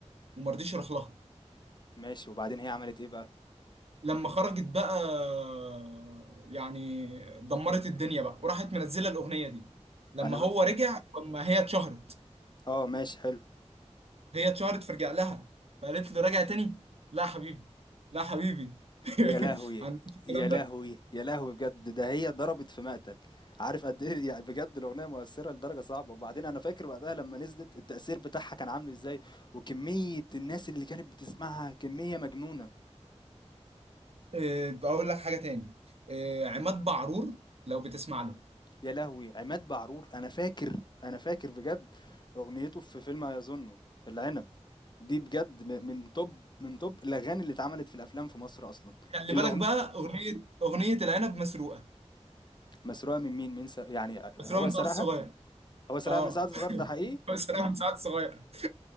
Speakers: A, on the right; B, on the left.
A: ومرضيش يروح لها
B: ماشي وبعدين هي عملت إيه بقى؟
A: فلما خرجت بقى آه، يعني دمرت الدنيا بقى وراحت منزله الاغنيه دي لما
B: أنا
A: هو
B: ف
A: رجع لما هي اتشهرت
B: آه ماشي حلو،
A: هي اتشهرت فرجع لها فقالت له راجع تاني لا حبيبي لا حبيبي
B: يا
A: <laughs>
B: لهوي!
A: عندك الكلام
B: يا لهوي!
A: ده
B: يا لهوي بجد، ده هي ضربت في مقتل، عارف قد إيه يعني بجد الأغنية مؤثّرة لدرجة صعبة، وبعدين أنا فاكر وقتها لمّا نزلت التأثير بتاعها كان عامل إزاي، وكمية الناس اللي كانت بتسمعها كمية مجنونة.
A: آه، بقول لك حاجه تاني آه، عماد بعرور لو بتسمع له
B: يا لهوي عماد بعرور انا فاكر انا فاكر بجد اغنيته في فيلم يظن العنب دي بجد م- من توب من توب الاغاني اللي اتعملت في الافلام في مصر اصلا
A: خلي
B: الاغنيه
A: بالك بقى اغنيه اغنيه العنب مسروقه
B: مسروقه من مين مين سر... يعني
A: مسروقه
B: هو
A: من
B: سرقها
A: سعد الصغير
B: هو سرقها
A: اه
B: من سعد صغير ده حقيقي
A: <laughs> مسروقه من سعد الصغير